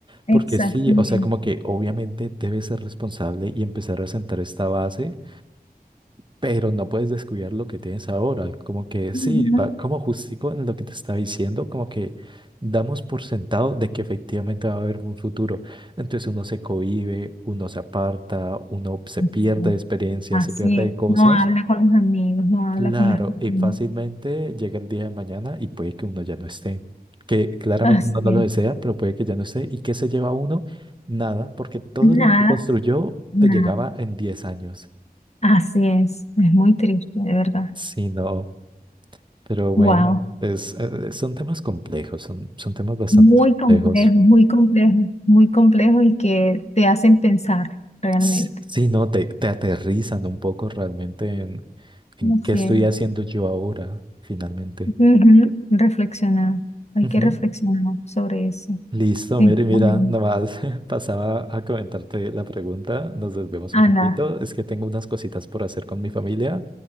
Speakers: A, on the left; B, on the right.
A: exactamente.
B: porque sí, o sea, como que obviamente debes ser responsable y empezar a sentar esta base Pero no puedes descuidar lo que tienes ahora. Como que sí,
A: Ujú,
B: va como justico en lo que te estaba diciendo, como que damos por sentado de que efectivamente va a haber un futuro. Entonces uno se cohíbe, uno se aparta, uno se
A: exacto.
B: pierde de experiencias,
A: Así
B: se pierde
A: es,
B: de cosas.
A: no habla con los amigos, no habla
B: Claro,
A: con las personas.
B: y fácilmente llega el día de mañana y puede que uno ya no esté. Que claramente
A: Así
B: uno no
A: es.
B: lo desea, pero puede que ya no esté. ¿Y qué se lleva uno? Nada, porque todo
A: Nada.
B: lo que construyó
A: Nada.
B: te llegaba en 10 años.
A: Así es, es muy triste, de verdad.
B: Sí, no. Pero bueno,
A: Wow,
B: es, eh, son temas complejos, son, son temas bastante
A: muy
B: complejos.
A: complejo, muy complejo, muy complejo y que te hacen pensar realmente.
B: S- Sí, no, te, te aterrizan un poco realmente en, en
A: Así
B: qué estoy
A: es.
B: haciendo yo ahora, finalmente.
A: Ujú, Reflexionar, hay
B: Ujú.
A: que reflexionar sobre eso,
B: Listo,
A: sinceramente.
B: Mary, mira, nada más <laughs> pasaba a comentarte la pregunta, nos desvemos
A: Ana,
B: un poquito, es que tengo unas cositas por hacer con mi familia,